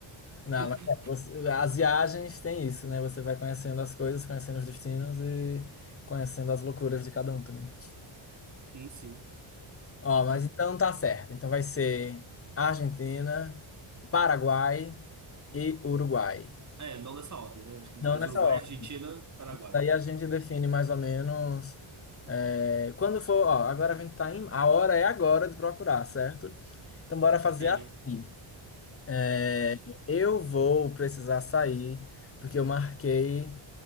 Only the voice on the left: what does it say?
Não,
mas é, você- as viagens têm isso, né? Você vai conhecendo as coisas, conhecendo os destinos e conhecendo as loucuras de cada um também.
Ó, mas
então tá certo. Então vai ser Argentina, Paraguai e Uruguai.
Não
nessa
ordem.
Daí a gente define mais ou menos. é, quando for, ó, agora a gente tá em. A hora é agora de procurar, certo? Então bora fazer
assim. É,
eu vou precisar sair, porque eu marquei